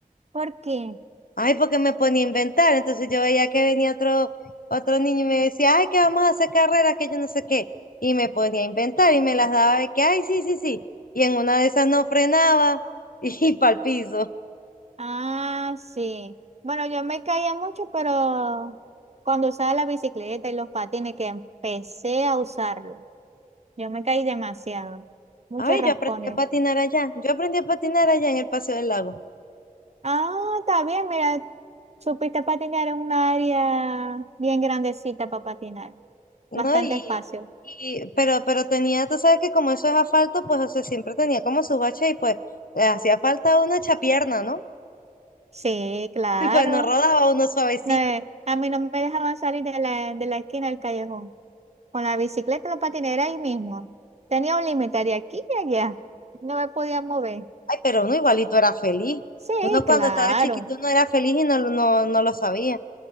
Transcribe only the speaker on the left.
Ay, porque me ponía a inventar. Entonces yo veía que venía otro, otro niño y me decía, ay, que vamos a hacer carreras, que yo no sé qué. Y me ponía a inventar y me las daba de que, ay, sí, sí, sí. Y en una de esas no frenaba <laughs> y, para el piso.
Ay,
yo aprendí a patinar allá. Yo aprendí a patinar allá en el Paseo del Lago,
¿no?
Y,
y pero, pero tenía, tú sabes que como eso es asfalto, pues o sea, siempre tenía como su bache y pues eh, hacía falta una chapierna, ¿no?
<laughs>
Y pues no rodaba uno suavecito.
Ay, pero uno igualito era feliz.
Uno cuando
estaba chiquito no era feliz y no, lo- no, no lo sabía.